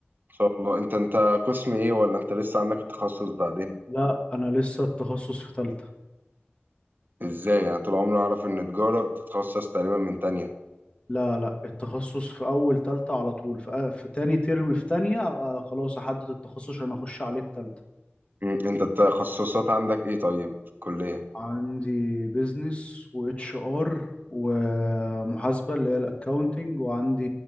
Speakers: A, on the right; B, on the left.
A: إن شاء الله أنت أنت قسم إيه ولا أنت لسه عندك التخصص بعدين
B: لا أنا لسه التخصص في تالتة
A: إزاي يعني طول عمري أعرف إن تجارة بتتخصص تقريبا من تانية
B: لا لا التخصص في أول تالتة على طول في, آه، في تاني ترم في تانية آه خلاص أحدد التخصص عشان أخش عليه في تالتة
A: مم. أنت التخصصات عندك إيه طيب في الكلية
B: عندي بيزنس واتش ار ومحاسبة اللي هي الاكاونتنج وعندي